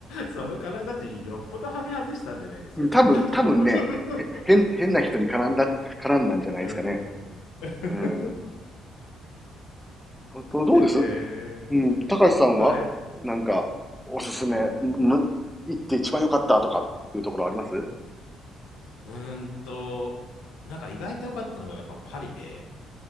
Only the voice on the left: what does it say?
その体人よっぽどはめ外したんじゃないですか、でも。
<laughs>
うーん。<laughs>
ええ、
はい。
うんうん。
うーんと、なんか意外と良かったのがやっぱパリで、